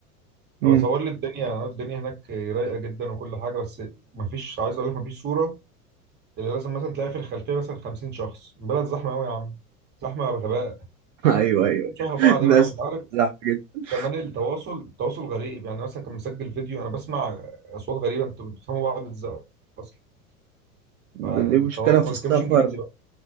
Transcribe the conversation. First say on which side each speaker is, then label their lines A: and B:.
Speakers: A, on the right (about 55°); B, on the right (about 25°).
A: امم
B: هو صور لي الدنيا الدنيا هناك رايقة جدا وكل حاجة بس مفيش عايز أقول لك مفيش صورة اللي لازم مثلا تلاقي في الخلفيه مثلا 50 شخص البلد زحمه قوي يا عم زحمه بغباء
A: <laughs> ايوه
B: وكلهم
A: ايوه
B: شبه بعض
A: الناس
B: بقى وانت عارف
A: زحمه جدا
B: كمان التواصل التواصل غريب يعني مثلا كان مسجل فيديو انا بسمع اصوات غريبه انتوا بتفهموا بعض ازاي اصلا
A: من
B: فالتواصل
A: دي مشكله في
B: ما
A: السفر
B: بيتكلمش انجليزي بقى